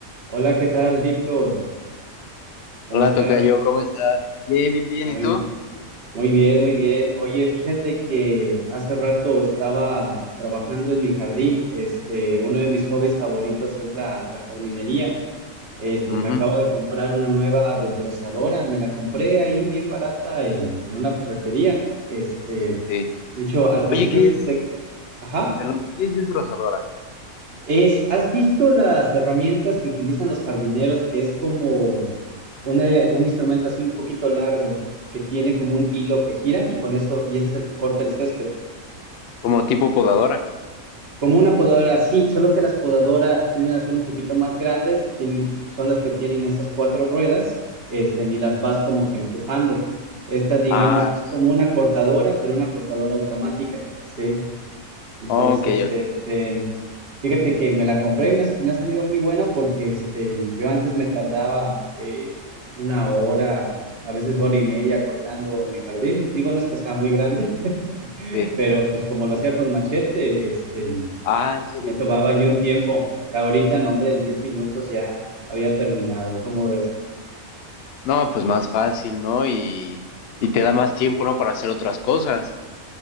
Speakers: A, on the right; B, on the left.
A: Hola, ¿qué tal, Víctor? ¿Cómo
B: Hola,
A: estás?
B: tocayo, ¿cómo estás? Bien, bien, bien,
A: Muy,
B: ¿y tú?
A: muy bien, muy bien. Oye, fíjate que hace rato estaba trabajando en mi jardín. Este, uno de mis hobbies favoritos es la, la jardinería. Este,
B: Ujú,
A: me acabo de comprar una nueva desbrozadora. Me la compré ahí bien barata en, en una ferretería. Este,
B: sí.
A: de hecho, al principio
B: Oye, ¿qué
A: pensé,
B: es?
A: ajá.
B: Perdón, ¿qué es desbrozadora?
A: Es, ¿has visto las herramientas que utilizan los jardineros, que es como una- un instrumento así un poquito largo, que tiene como un hilo que gira y con eso, y ese es el que corta el césped?
B: Como tipo podadora.
A: Como una podadora, sí, solo que las podadoras tienden a ser un poquito más grandes, tienen, son las que tienen esas cuatro ruedas, este, y las vas como que empujando. Esta, digamos,
B: Ah,
A: que
B: ok.
A: es como una cortadora, pero una cortadora automática, ¿sí? Entonces,
B: Ok, ok.
A: este, fíjate que me la compré y me ha, me ha salido muy buena porque este, yo antes me tardaba eh, una hora, a veces hora y media cortando mi jardín. Digo, no es que está muy grande, <laughs>
B: Sí.
A: pero pues como lo hacía con machete, este,
B: Ah, ¿en serio?
A: me tomaba yo un tiempo. Y ahorita, no, hombre, en 10 minutos ya había terminado. ¿Cómo ves?
B: No, pues más fácil, ¿no? Y, y te da más tiempo, ¿no? Para hacer otras cosas.